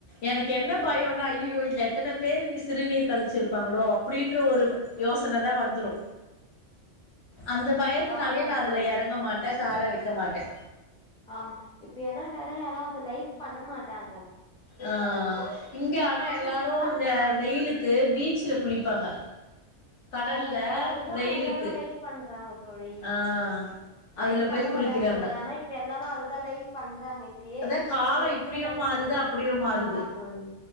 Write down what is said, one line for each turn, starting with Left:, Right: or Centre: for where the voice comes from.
Left: எனக்கு என்ன பயம்னா ஐயோ இதுல எத்தனை பேர் சிறுநீர் கழிச்சிருப்பாங்களோ அப்டின்ற ஒரு யோசனைதான் வந்துரும் அந்த பயத்தினாலயே
Centre: ஆமா
Left: நா அதுல
Centre: தோழி
Left: இறங்க மாட்டே கால வக்க மாட்டேன்
Centre: ஆமா இப்ப ஏன்னா வேற யாரும் அத லைக் பண்ண மாட்டாங்க
Left: ஆஹ் இங்க ஆனா எல்லாரும்
Centre: சி இப்பதா
Left: இந்த வெயிலுக்கு பீச்சுல குளிப்பாங்க கடல்ல
Centre: ஆமா இப்ப அதுதான்
Left: வெயிலுக்கு
Centre: எல்லாரும் லைக் பண்றாங்க தோழி
Left: ஆ அதுல
Centre: லைக் பண்ண
Left: போய் குளிக்கிறாங்க
Centre: மாட்டாங்கன்னு சொல்ட்டாகனு நா இப்ப எல்லாரு அததான் லைக் பண் றாங்க இப்ப ஏரி
Left: அதா
Centre: கொளம்
Left: காலோ
Centre: எதுமே
Left: இப்டியு
Centre: லைக்
Left: மாறுது
Centre: பண்ற
Left: அப்டியு மாறுது
Centre: ஆமா தோழி